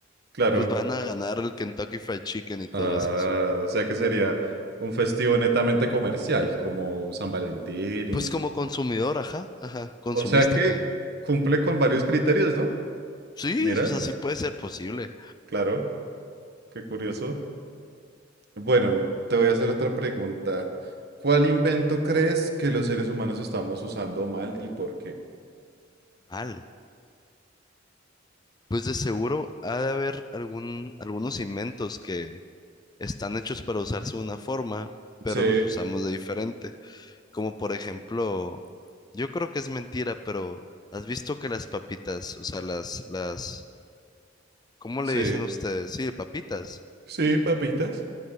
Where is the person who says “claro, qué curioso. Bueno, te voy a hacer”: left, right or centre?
Right